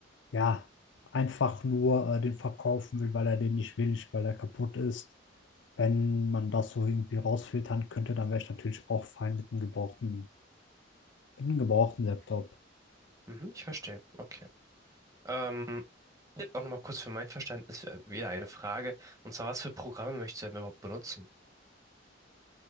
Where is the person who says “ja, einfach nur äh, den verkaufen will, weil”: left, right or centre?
Left